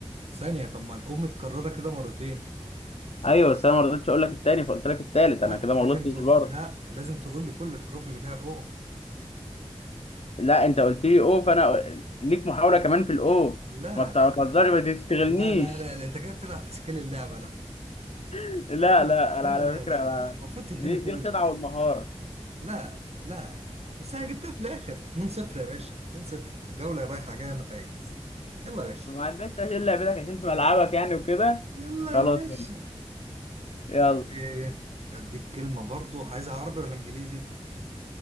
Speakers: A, on the right (about 65°); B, on the left (about 65°).
A: ثانية طب ما الأم متكررة كده مرتين
B: ايوه بس انا ما رضيتش اقول لك التاني فقلت لك التالت
A: لا
B: انا كده
A: لازم
B: ما غلطتش
A: تقول
B: برضه
A: لا لازم تقول لي كل الحروف اللي فيها او
B: لا انت قلت لي او فانا ليك محاوله كمان في الاو
A: لا
B: ما ت-
A: لا
B: ما تهزري
A: لا
B: ما تستغلنيش
A: لا لا لا, لا. انت كده بتلعب في سكيل اللعبه لا
B: <laughs> لا
A: لا
B: لا
A: لا
B: انا على
A: لا
B: فكره
A: لا لا. المفروض تديني
B: دي
A: كل
B: دي الخدعه
A: الحروف
B: والمهاره
A: لا لا بس انا جبتها في الاخر 2-0 يا باشا 2-0 جوله رايحه جايه انا فايز يلا يا باشا
B: ما عندناش تسهيل لعبتك عشان في ملعبك يعني وكده
A: يلا
B: خلاص
A: يا باشا
B: يلا
A: ايه هديك كلمه برضو عايزها عربي ولا انجليزي